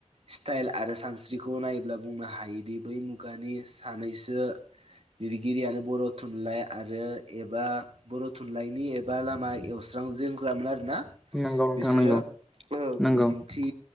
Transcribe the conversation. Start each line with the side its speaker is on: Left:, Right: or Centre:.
Right: स्टाइल आरो सानस्रिखौ नायोब्ला बुंनो हायोदि बै मुगानि सानैसो लिरगिरियानो बर' थुनलाइ आरो एबा बर' थुनलाइनि एबा लामा एवस्रांजेनग्रामो ना
Centre: नंगौ नोंथां
Right: बिसोरो
Centre: नंगौ नंगौ
Right: बिदिन्थि